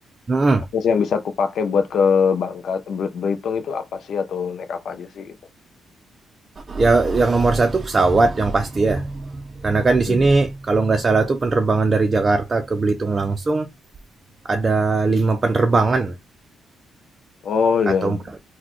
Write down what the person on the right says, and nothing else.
Hmm.
Ya yang nomor satu pesawat yang pasti ya. Karena kan di
sini kalau nggak salah tuh penerbangan dari Jakarta ke Belitung langsung ada lima penerbangan
atau
empat